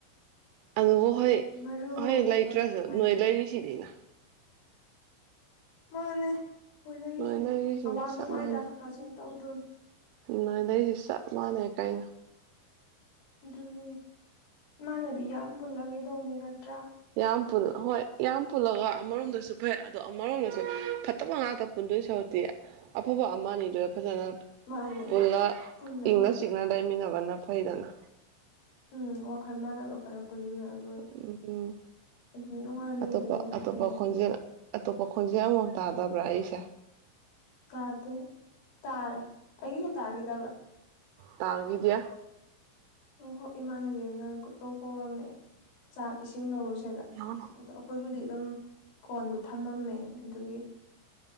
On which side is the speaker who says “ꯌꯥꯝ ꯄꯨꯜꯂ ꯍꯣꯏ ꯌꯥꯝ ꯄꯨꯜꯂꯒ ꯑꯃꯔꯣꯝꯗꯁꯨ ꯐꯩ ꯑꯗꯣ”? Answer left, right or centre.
Right